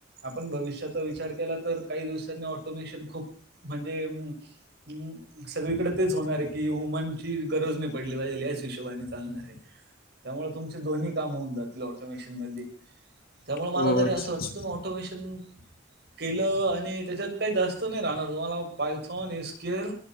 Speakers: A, on the right; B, on the left.
A: आपण भविष्याचा विचार केला तर काही दिवसांनी ऑटोमेशन खूप म्हणजे उम्म ऊ सगळीकडे तेच होणार आहे की वुमनची गरज नाही पडली पाहिजे याच हिशेबाने चालणार आहे. त्यामुळ तुमचे दोन्ही काम होऊन जातील ऑटोमेशन मध्ये त्यामुळ मला
B: हो
A: तरी
B: अच्छा
A: असं वाटत
B: अच्छा
A: तुम्ही ऑ ऑटोमेशन. केलं आणि त्याच्यात काही जास्त नाही राहणार तुम्हाला पायथॉन एस्केल